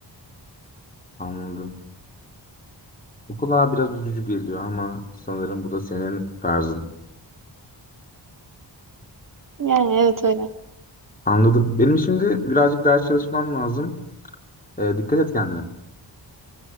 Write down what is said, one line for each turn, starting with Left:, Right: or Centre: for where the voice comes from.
Left: Anladım. Bu kulağa biraz üzücü geliyor ama sanırım bu da senin tarzın.
Right: Yani evet öyle.
Left: Anladım. Benim şimdi birazcık ders çalışmam lazım. E, dikkat et kendine.